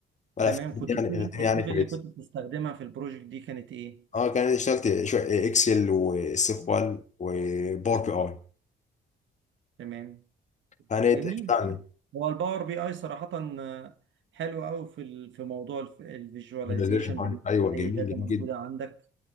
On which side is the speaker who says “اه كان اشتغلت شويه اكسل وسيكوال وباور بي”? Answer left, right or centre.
Left